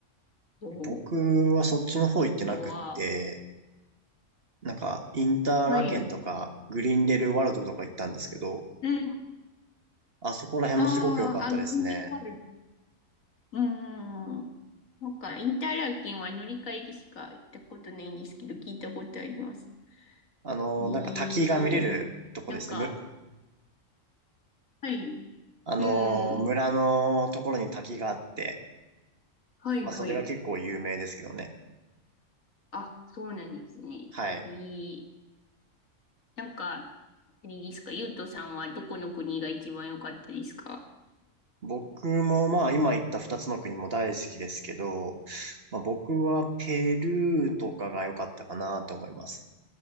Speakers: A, on the left; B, on the right.
A: と。
B: 僕はそっちの方行ってなくって、
A: あとは、
B: なんか、インターラケンとか、
A: はい。
B: グリーンレルワールドとか行ったんですけど、
A: うん。
B: あそこら辺もすごく良かったですね。
A: ああ、あ、グミワールうん。なんか、インターラーケンは乗り換えでしか行ったことないんですけど、聞いたことあります。
B: あの、
A: えー、
B: なんか滝が見れるとこですね。
A: なんか、
B: む、
A: はい。
B: あの、
A: う
B: 村のところに滝があって、
A: ん。はい、
B: まあそれが結構有名ですけどね。
A: はい。あ、そうなんですね。
B: はい。
A: えーなんか、あれですか、ゆうとさんはどこの国が一番良かったですか
B: 僕もまあ今言った二つの国も大好きですけど、まあ僕はペルーとかが良かったかなと思います。